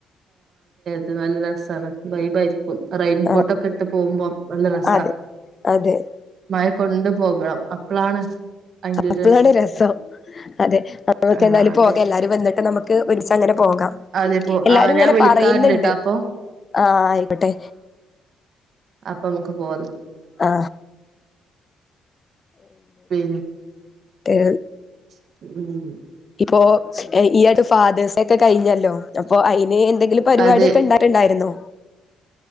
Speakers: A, on the right; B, on the left.
A: ത് നല്ല രസാണ് വൈബായിരിക്കും റെയിംകോട്ടൊക്കെ
B: ആ
A: ഇട്ട് പോകുമ്പോ നല്ല രസാ
B: അതെ അതെ
A: മഴ കൊൊണ്ട് പോകാ അപ്പളാണ് അയിന്റെ
B: അപ്പളാണ്
A: ഒരു
B: രസം അതെ നമക്ക്
A: ആഹ്
B: എന്തായാലും
A: അതെ
B: പോക എല്ലരും വന്നിട്ട് നമുക്ക് ഒരിസങ്ങനെ പോകാം
A: അതെ പോ
B: എല്ലാരും
A: ആഹ്
B: ഇങ്ങനെ
A: ഞാൻ വിളിക്കാറുണ്ട്ട്ടോ
B: പറയുന്നുണ്ട്
A: അപ്പൊ
B: ആ ആയിക്കോട്ടെ
A: അപ്പമക്ക് പോവ
B: ആ
A: പി
B: ഏ
A: ഉം
B: ഇപ്പോ ഈ ആയിട്ട് ഫാതേയ്സൊക്കെ കഴിഞ്ഞല്ലോ അപ്പോ അയിന് എന്തെങ്കും പരിപാടിയൊക്കെ
A: അതെ
B: ഇണ്ടാക ഇങ്ങായിയിരുന്നോ